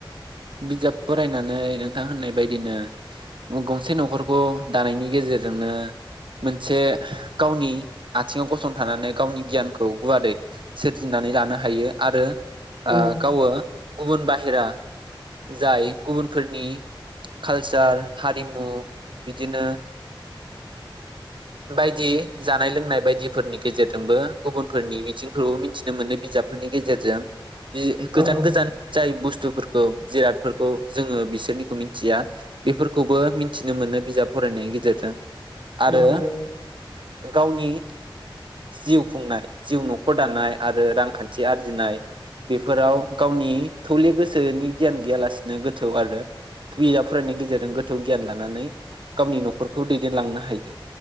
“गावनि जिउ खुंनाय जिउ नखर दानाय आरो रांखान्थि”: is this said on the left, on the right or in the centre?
Right